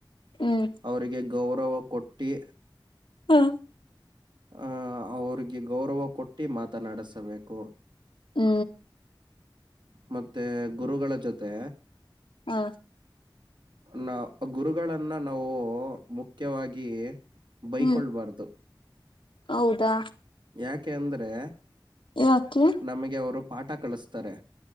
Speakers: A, on the left (about 80°); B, on the right (about 65°).
A: ಹ್ಮ್
B: ಅವರಿಗೆ ಗೌರವ ಕೊಟ್ಟಿ
A: ಹಾ
B: ಆ ಅವ್ರಿಗೆ ಗೌರವ ಕೊಟ್ಟ ಮಾತನಾಡಸಬೇಕು.
A: ಹ್ಮ
B: ಮತ್ತೆ ಗುರುಗಳ ಜೊತೆ
A: ಹಾ
B: ನ ಗುರುಗಳನ್ನ ನಾವು ಮುಖ್ಯವಾಗಿ ಬೈಕೊಳ್ಬಾರ್ದು.
A: ಹ್ಮ್ ಹೌದಾ.
B: ಯಾಕೆ ಅಂದ್ರೆ
A: ಯಾಕೆ
B: ನಮಗೆ ಅವರು ಪಾಠ ಕಳಿಸ್ತಾರೆ.